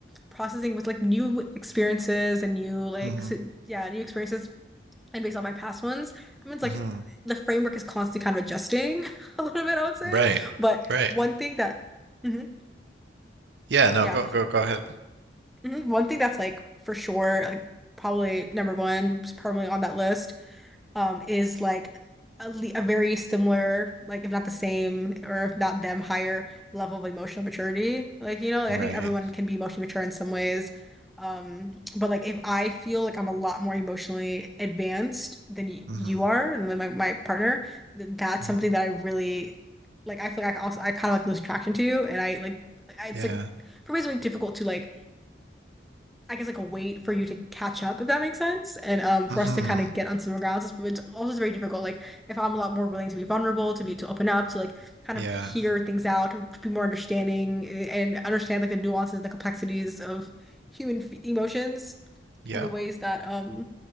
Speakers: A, in the centre; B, on the right.
A: processing with like new experiences and new like
B: Mm-hmm.
A: s- yeah, new experiences and based on my past ones. I mean, it's like
B: hmm
A: the framework is constantly kind of adjusting <laughs> a little bit, I would say.
B: Right.
A: But
B: Right.
A: one thing that, Mhm.
B: Yeah. No.
A: yeah.
B: Go. Go. Go ahead.
A: Mhm. One thing that's like for sure, like probably number one, probably on that list, um, is like a, le a very similar, like if not the same, or if not them, higher level of emotional maturity. Like, you know, like,
B: Right.
A: I think everyone can be emotionally mature in some ways. Um, but like if I feel like I'm a lot more emotionally advanced than you,
B: Mm-hmm.
A: you are and then my, my partner, th that's
B: hmm
A: something that I really like I feel like I can also I kind of like lose attraction to you and I like I, it's
B: Yeah.
A: like for me it's really difficult to like I guess like a wait for you to catch up, if that makes sense, and um for
B: hmm
A: us to kind of get on similar grounds. It's, it's also very difficult. Like if I'm a lot more willing to be vulnerable, to be to open up, to like kind
B: Yeah.
A: of hear things out, to be more understanding and understand like the nuances, the complexities of human f emotions
B: Yep.
A: and the ways that um